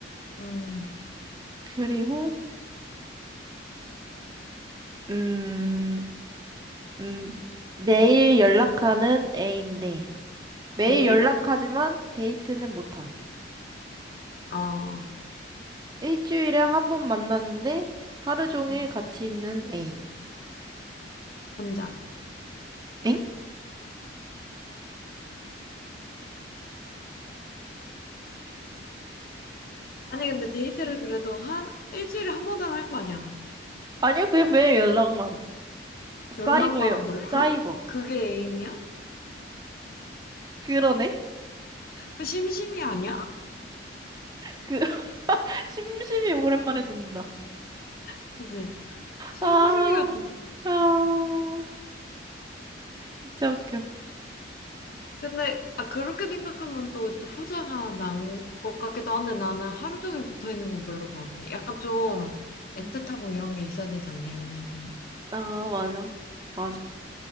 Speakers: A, on the left; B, on the right.
A: 음,
B: 그리고, 음, 음, 매일 연락하는 애인데, 매일
A: 매일?
B: 연락하지만 데이트는 못함.
A: 어,
B: 일주일에 한 번 만났는데, 하루 종일
A: 응.
B: 같이 있는 애인.
A: 전자.
B: 엥?
A: 아니, 근데 데이트를 그래도 한 일주일에 한 번은 할 거 아니야.
B: 아니요, 그냥 매일 연락만. 사이버요,
A: 연락만 한다고.
B: 사이버.
A: 그, 그게 애인이야?
B: 그러네?
A: 그 심심이 아니야?
B: 그, <laughs> 심심이 오랜만에 듣는다.
A: 그지? 심심이
B: 아,
A: 같은데?
B: 아, 진짜 웃겨.
A: 근데, 아, 그렇게 생각하면 또, 또 후자가 난 것 같기도 한데 나는 하루 종일 붙어 있는 건 별로일 것 같아. 약간 좀
B: 음.
A: 애틋하고 이런 게 있어야 되지 않나, 연애할 때는?
B: 아, 맞아. 맞아.